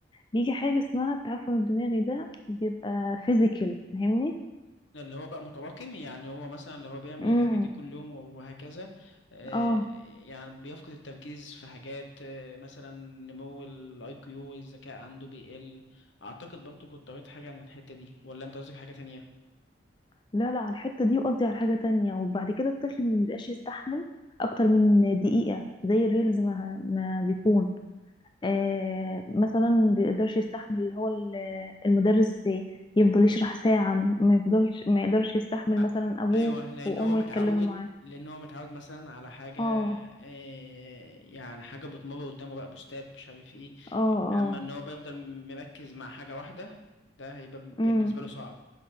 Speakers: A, on the left (about 25°); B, on the left (about 75°).
A: بيجي حاجة اسمها التعفن الدماغي ده بيبقى فيزيكال فاهمني
B: ده اللي هو بقى متراكم يعني هو مثلا لو هو بيعمل
A: امم
B: الحاجة دي كل يوم وهكذا آه،
A: اه
B: يعني بيفقد التركيز في حاجات آه، مثلا نمو الاي كيو الذكاء عنده بيقل اعتقد برضو كنت قريت حاجة عن الحتة دي ولا انت قصدك حاجة تانية
A: لا لا على الحتة دي وقصدي على حاجة تانية وبعد كده الطفل مبيبقاش يستحمل اكتر من دقيقة زي الريلز ما, ما بيكون آه، مثلا ما بيقدرش يستحمل اللي هو ال- المدرس يفضل يشرح ساعة ما يفضلش ما يقدرش يستحمل
B: آه،
A: مثلا أبوه
B: ايوه لان
A: وأمه
B: هو متعود
A: يتكلموا معاه
B: لان هو متعود مثلا على حاجة
A: اه
B: آه، يعني حاجة بتمر قدامه بقى بوستات مش عارف ايه
A: اه اه
B: اما ان هو بيفضل مركز مع حاجة واحدة ده هيبقى بالنسبة
A: امم
B: له صعب